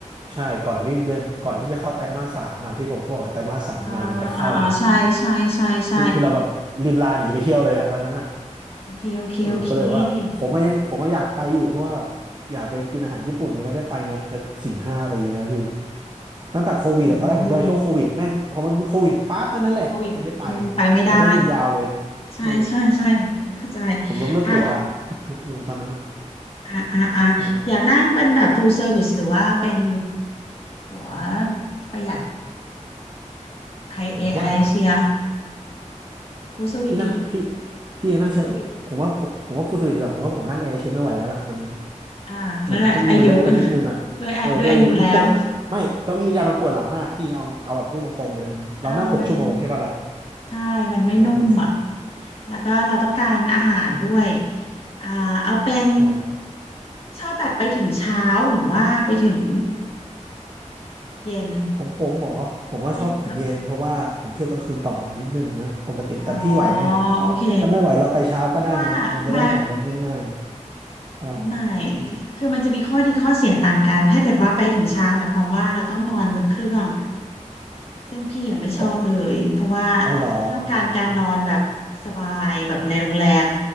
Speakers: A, on the right (about 35°); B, on the left (about 50°).
A: ใช่ก่อนที่เดือนก่อนที่จะเข้าไตรมาสสามอ่ะที่ผมพูดว่าไตรมาสสามงานมันจะเข้าไง
B: อ่าอ่าอ่าใช่ใช่ใช่ใช่
A: ที่ที่เราแบบรีบลาหนีไปเที่ยวเลยอะตอนนั้นอ่ะ
B: โอเคโอเคโอเคโอเค
A: เออก็เลยบอกว่าผมอะยังผมอะอยากไปอยู่เพราะว่าอยากไปกินอาหารญี่ปุ่นยังไม่ได้ไปมาจะสี่ห้าปีแล้วพี่ตั้งแต่โควิดอะตอนแรกผมจะไปช่วงโควิดแม่งพอมันมีโควิดปั๊บเท่านั้นแหละไม่ได้ไป
B: ไปเลยมีโควิดอืมไปไม่ได้
A: แล้วก็ยิงยาวเลย
B: ใช่ใช่ใช่
A: เออ
B: เข้าใจ
A: ผมยกเลิกตั๋วอะ
B: อ่ะ
A: <laughs> เออตอนนั้นอ่ะ
B: อ่าอ่าอ่าอยากนั่งเป็นแบบ
A: ใช่
B: full service หรือว่าเป็นตั๋วประหยัดไทยเอไอเชีย
A: ผมว่า
B: full service
A: พี่นั่งพี่
B: ดิ
A: พี่เองนั่งเชอะผมว่าผมผมว่าฟูลสวิตดีกว่าผมว่าผมนั่งแอร์เอเชียไม่ไหวแล้วล่ะมัน
B: service อ่าแล้วด้วยอายุ
A: มันเก้าอี้มันเล็กไปนิดนึงอ่ะเออด้วยอายุมันปวดไม่เก้าอี้ยามันปวดหลังมากพี่เอาเอาแบบพูดตรงๆเลยมันเรานั่งหกชั่วโมงใช่ป่ะล่ะ
B: ด้วยอาด้วยอายุแล้วอ่ามันใช่มันไม่นุ่มอ่ะ
A: มันเป็นหกชั่วโมง
B: แล้วก็เราต้องการอาหารด้วยอ่าเอาเป็น
A: อ่า
B: ชอบแบบไปถึงเช้าหรือว่าไปถึงเย็น
A: ของผมหมอผมว่าชอบถึงเย็นเพราะว่าผมเที่ยวกลางคืนต่อนิดนึงนะปกติแต่พี่ไหวไหมอะ
B: ให้เลือกอ๋อโอเค
A: ถ้าไม่ไหวเราไปเช้าก็ได้นะมันจะได้หารถง่าย
B: พี่ว่ามา
A: ๆอ่ะ
B: ไม่คือมันจะมีข้อดีข้อเสียต่างกัน ถ้าเกิดว่าไปถึงเช้าหมายความว่าเราต้องนอนบนเครื่องซึ่งพี่ยังไม่ชอบเลย
A: ก็
B: เพราะว่า
A: อ๋อเหรออืม
B: พี่ต้องการการนอนแบบสบายแบบในโรงแรม